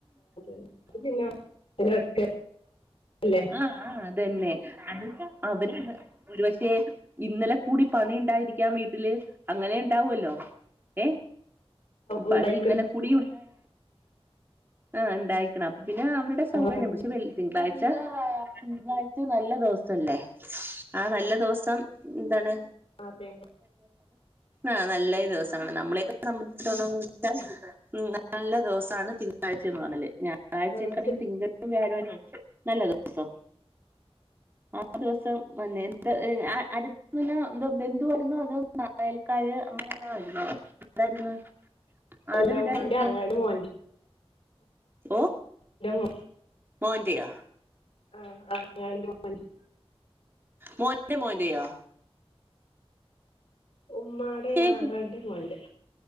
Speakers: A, on the left; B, on the right.
A: ത് പിന്നെ ങ്ങനെ വെക്ക ല്ലേ
B: ആ ആ അതന്നെ അത്ചാ അവര് ഒരു പക്ഷെ ഇന്നലെ കൂടി പണി ഉണ്ടായിരിക്കാം വീട്ടില് അങ്ങനെ ഇണ്ടാവുല്ലോ ഏ
A: ഉണ്ടായിക്ക്ണ്
B: പണി ഇന്നലെ കുടിണ്ടായി ആ ഇണ്ടായികണ് അപ്പ പിന്നെ അവ സൗകര്യം
A: ആഹ്
B: പക്ഷെ വെ തിങ്കളാഴ്ച തിങ്കളാഴ്ച നല്ല ദേസല്ലേ ആ നല്ല ദിവസം ന്താണ്
A: അതേ
B: ആ നല്ല ഒരു ദിവസമാണ് നമ്മളെയൊക്കെ സംബന്ധിച്ചിടതോളം <unintelligible> ഉ നല്ല ദിവസമാണ് തിങ്കളഴ്ചയ എന്ന് പറഞ്ഞല് ഞായറാഴ്ചയക്കാളും
A: ആഹ് ശരി
B: തിങ്കളും വ്യാഴോലേ <unintelligible> നല്ല ദിവസം
A: <inaudible>
B: ആ ദിവസം മന്നെ എന്ത അടുത്തന്നെ എന്താ ബന്ധുവ വുന്നോ അത് നായൽക്കാര് അങ്ങനെരുന്നു ഇടായിരുന്നു
A: അല്ല
B: അത് വിടായിരുന്നു
A: ഉമ്മാന്റെ ആങ്ങളന്റെ മോന്റെ
B: ഓ
A: ന്റെ മു
B: മോന്ന്റ്റെയോ
A: ആ ആ മോന്റ് മോന്റ്
B: മോന്റെ മോന്റെയാ
A: ഉമ്മാടെ
B: കേക്ക്
A: ആങ്ങളടെ മോൻറ്റെ